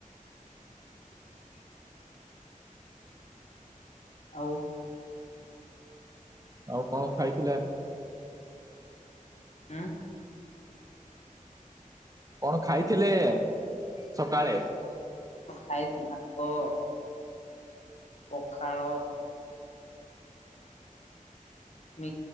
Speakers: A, on the left; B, on the right.
A: <inaudible> ଆଉ
B: ଆଉ କଣ ଖାଇଥିଲା ଆ
A: ଉ
B: କଣ ଖାଇଥିଲେ ସକାଳେ।
A: ଖାଇଥିଲି ଭାତ। ପଖାଳ। ମି